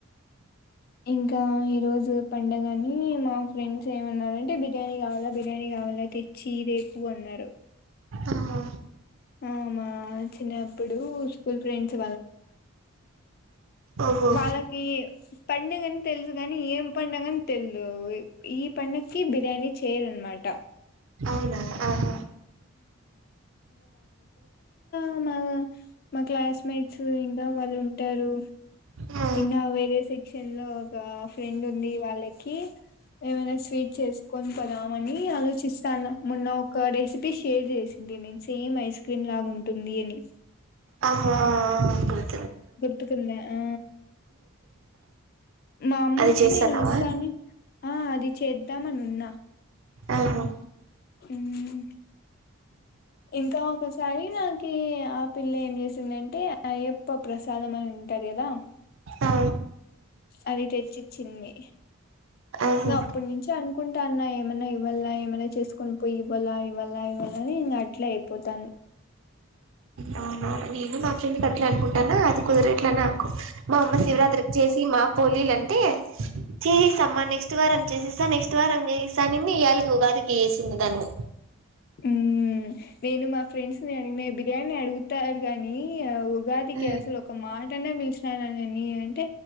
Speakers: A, on the left; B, on the right.
A: ఇంకా ఈరోజు పండగని మా ఫ్రెండ్స్ ఏమన్నారంటే బిర్యానీ కావాలా బిర్యానీ కావాలా తెచియి రేపు అన్నారు
B: ఆహా
A: ఆ మా చిన్నప్పుడు స్కూల్ ఫ్రెండ్స్
B: ఓహో
A: వాళ్ళకీ పండుగ అని తెలుసు కాని ఏం పండగ అని తెల్ ఓ ఈ పండక్కి బిర్యాని చే రన్మాట
B: అవునా ఆహా
A: నా మా క్లాస్ మేట్స్ ఇంకా వాళ్లుంటారు
B: ఆ
A: ఇంగా వేరే సెక్షన్ ఎన్లో ఆ ఫ్రెండ్ ఉంది వాళ్ళకి ఏమైనా స్వీట్ చేసుకొని దామని ఆలోచిస్తాన మొన్న ఒక డేస్ షేర్ చేసింది నేను సేమ్ ఐస్ క్రీమ్ లాగా ఉంటుంది అని
B: ఆ హా ఆ
A: గుర్తుకున్నా ఆ మా అమ్మకి
B: అది చేస్తాన్నావా
A: నేను వస్తాను ఆ అది చేద్దామని ఉన్నా
B: ఆహా
A: మ్ ఇంకా ఒకసారి నాకి ఆ పిల్ల ఏం చేసిందంటే అయ్యప్ప ప్రసాదం అని ఉంటారు కదా
B: ఆ
A: అది తెచ్చిచ్చింది
B: ఆహా
A: నువ్ అప్పటి నుంచి అనుకు అనుకుంటా అన్నా ఏమైనా ఇవ్వళ, ఏమైనా చేసుకుని పోయి ఇవ్వాల, ఇవాళ ఇవ్వళని నే అట్లే అయిపోతాంది.
B: అవునా నేను మా ఫ్రెండ్ కు అట్లా అనుకుంటాన్నా అది కుదరట్లేనా మా అమ్మ శివరాత్రి జేసి మా పోలీలన్ టే చేయిస్ అమ్మా నెక్స్ట్ వారం చేసిస్ స్సా నెక్స్ట్ వారం చేయిస్సా అనింది ఇయాలకి ఉగాదికి యేసింది దాన్ని.
A: ఉమ్ నేను మా ఫ్రెండ్స్ ని అడిగినా బిర్యానీ అడుగు తారు గాని ఆ ఊ ఉగాదికి
B: ఆ!
A: అసలు ఒక మాటన్న పిల్చు టానాని అని అంటే